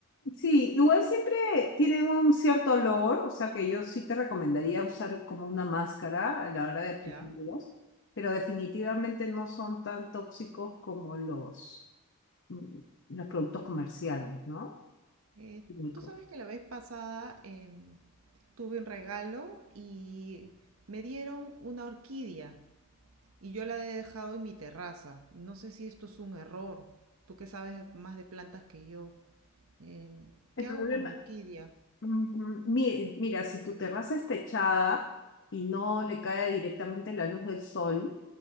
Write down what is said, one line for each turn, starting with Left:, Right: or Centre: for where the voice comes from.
Left: Sí, igual siempre tienen un cierto olor, o sea que yo sí te recomendaría usar como una máscara a la hora de aplicarlos,
Right: Ya.
Left: pero definitivamente no son tan tóxicos como los, mm, los productos comerciales, ¿no?
Right: Eh,
Left: Químicos.
Right: tú sabes que la vez pasada em, tuve un regalo y me dieron una orquídea y yo la he dejado en mi terraza. No sé si esto es un error. Tú que sabes más de plantas que yo. Em,
Left: El
Right: ¿qué
Left: problema,
Right: hago con mi orquídea?
Left: ujú, mi- Mira, si tu terraza está techada y no le cae directamente la luz del sol,